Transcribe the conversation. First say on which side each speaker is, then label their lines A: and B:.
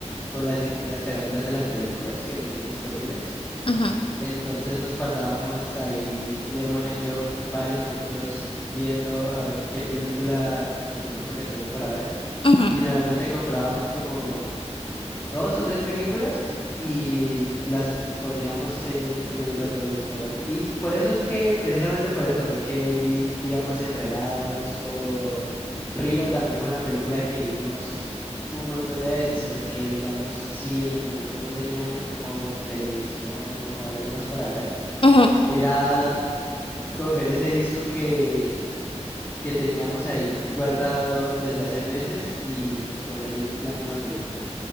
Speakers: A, on the left; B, on the left.
A: con las distintas carátulas de las películas que tenían disponibles.
B: ujú.
A: Entonces nos pasábamos ahí, mi hermana y yo, varios minutos viendo a ver qué película nos poníamos de acuerdo para ver.
B: Ujú,
A: Y generalmente comprábamos como dos o tres películas y las poníamos en, en el reproductor. Y por eso es que, precisamente por eso fue que vi, digamos, Enredados o Río también fue una película que vimos un montón de veces, porque digamos, si en el momento no teníamos como televisión o algo más para ver,
B: ujú.
A: era coger ese disco que, que teníamos ahí guardado desde hace meses y poner la misma película.